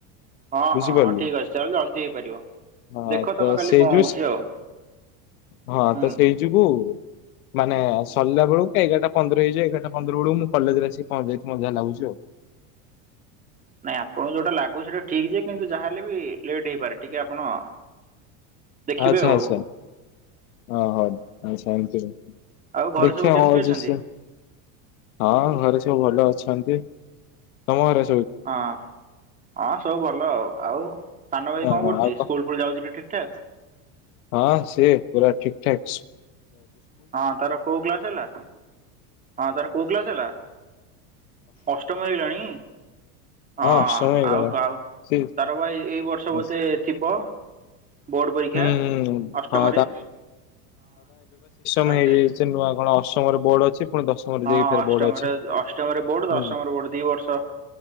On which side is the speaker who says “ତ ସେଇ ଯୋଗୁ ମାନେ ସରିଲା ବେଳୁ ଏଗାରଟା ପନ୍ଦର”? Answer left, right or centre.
Left